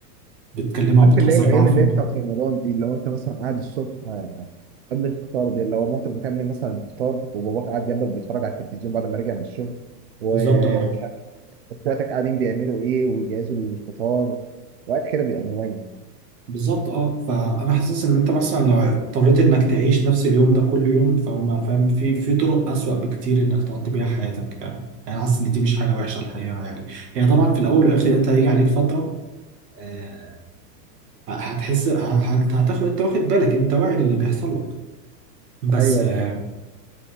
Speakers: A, on the right; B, on the right.
A: بتكلمها
B: عارف
A: وبتهزر
B: اللي هي الايام
A: معاها في
B: اللي
A: الم-
B: هي بتاعت رمضان دي اللي هو انت مثلا قاعد الصبح آه، قبل الفطار دي اللي هو مامتك بتعمل مثلا الفطار وباباك قاعد جنبك بيتفرج على التلفزيون بعد ما راجع من الشغل ومش
A: بالظبط اه
B: عارف اخواتك قاعدين بيعملوا ايه ويجهزوا للفطار وقت كده بيبقى مميز
A: بالظبط اه فانا حاسس ان انت مثلا لو اضطريت انك تعيش نفس اليوم ده كل يوم فما فاهم في في طرق اسوأ بكتير انك تقضي بيها حياتك فاهم يعني حاسس ان دي مش حاجه وحشه الحقيقه يعني هي طبعا في الاول والاخر انت هيجي عليك فتره آه، هتحس ه- هت- هتاخد انت واخد بالك انت واعي للي بيحصل لك بس
B: ايوه
A: آه،
B: ده حقيقي